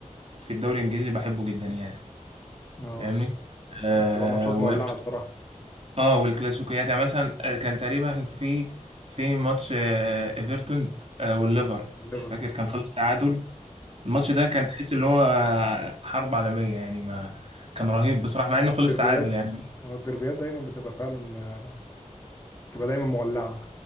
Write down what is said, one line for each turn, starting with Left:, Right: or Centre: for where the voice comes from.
Right: في الدوري الإنجليزي بحبه جدا يعني
Left: اه
Right: فاهمني؟ آه
Left: بتبقى ماتشات
Right: و...
Left: مولعة بصراحة
Right: اه والكلاسيكيات يعني مثلا آه، كان تقريبا في في ماتش آه، ايفرتون آه، والليفر
Left: الليفر
Right: مش فاكر كان خلص تعادل الماتش ده كان تحس اللي هو آه، حرب عالمية يعني ما كان رهيب بصراحة مع انه خلص
Left: الدربيات
Right: تعادل يعني
Left: آه، الدربيات دايما بتبقى فعلا آه، بتبقى دايما مولعه